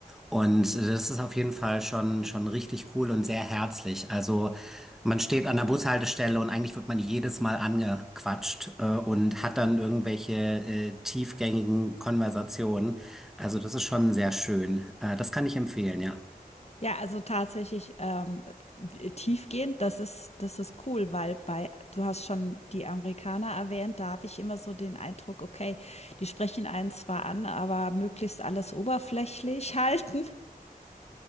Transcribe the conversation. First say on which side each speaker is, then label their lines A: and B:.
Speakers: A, in the centre; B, on the left.
A: Und das ist auf jeden Fall schon, schon richtig cool und sehr herzlich. Also man steht an der Bushaltestelle und eigentlich wird man jedes Mal angequatscht äh, und hat dann irgendwelche äh, tiefgängigen Konversationen. Also das ist schon sehr schön. Äh, das kann ich empfehlen, ja.
B: Ja, also tatsächlich ähm, w- tiefgehend, das ist, das ist cool, weil bei, du hast schon die Amerikaner erwähnt, da habe ich immer so den Eindruck, okay, die sprechen einen zwar an, aber möglichst alles oberflächlich <laughs> halten.